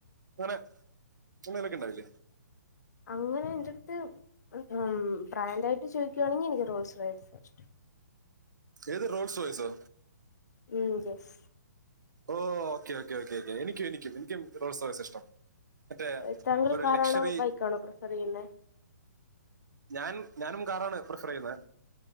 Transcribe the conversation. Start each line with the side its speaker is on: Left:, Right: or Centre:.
Right: അങ്ങനെ ങ്ങനെലൊക്കെണ്ടാവില്ലേ?
Left: അങ്ങനെ ന്റെട്ത്ത് ഉം ബ്രാൻഡായിട്ട് ചോയിക്കാണെങ്കി നിക്ക് റോൾസ് റോയ്സ് ആ ഷ്ടം.
Right: ഏത് റോൾസ് റോയ്സോ?
Left: ഉം, യെസ്.
Right: ഓ ഓക്കെ ഓക്കേ ഓക്കെ ഓക്കെ എനിക്കും എനിക്കും എനിക്കും റോൾ സോയ്സ ഇഷ്ടം. മറ്റേ
Left: ഏ താങ്കൾ
Right: ഒരു
Left: കാറാണോ
Right: ലക്ഷറി
Left: ബൈക്കാണോ പ്രിഫറെയ്യുന്നെ?
Right: ഞാൻ ഞാനും കാറാണ് പ്രിഫറെയ്യുന്നെ.